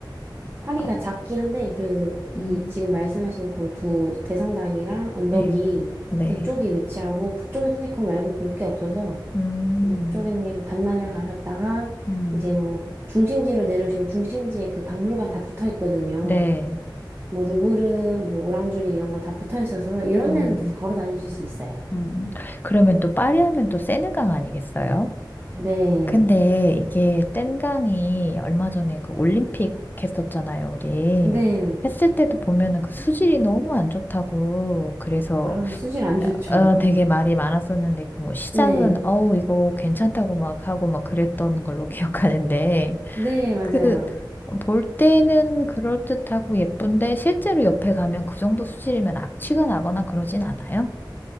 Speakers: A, on the right; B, on the left.
A: 파리가
B: 아,
A: 작긴 한데 그 이
B: 음,
A: 지금 말씀하신 그 두 대성당이랑 언덕이
B: 네. 네.
A: 북쪽이 위치하고 북쪽엔 사실 그거 말고 볼 게 없어서
B: 음,
A: 북쪽에는 그냥 반나절 가셨다가
B: 음,
A: 이제 뭐 중심지로 내려오시면 중심지에 그 박물관 다 붙어 있거든요.
B: 네.
A: 뭐 루브르, 뭐 오랑주리 이런 거 다 붙어 있어서 이런
B: 음,
A: 데는 다시 걸어 다니실 수 있어요.
B: 음. 그러면 또 파리 하면 또 세느강 아니겠어요?
A: 네.
B: 근데 이게 뗀강이 얼마 전에 그 올림픽 했었잖아요, 우리.
A: 네.
B: 했을 때도 보면은 그 수질이 너무 안 좋다고. 그래서
A: 아, 수질 안 좋죠.
B: 어,
A: <laughs>
B: 되게 말이 많았었는데, 그 뭐, 시장은,
A: 네.
B: 어우, 이거 괜찮다고 막 하고 막 그랬던 걸로 <laughs> 기억하는데,
A: 네, 맞아요.
B: 그, 볼 때는 그럴듯하고 예쁜데, 실제로 옆에 가면 그 정도 수질이면 악취가 나거나 그러진 않아요?